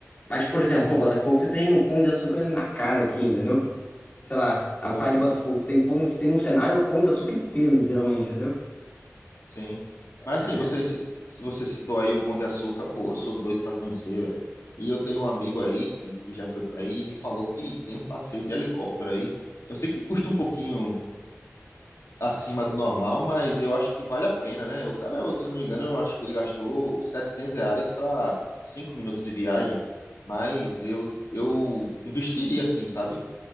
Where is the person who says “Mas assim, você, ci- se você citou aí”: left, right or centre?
Left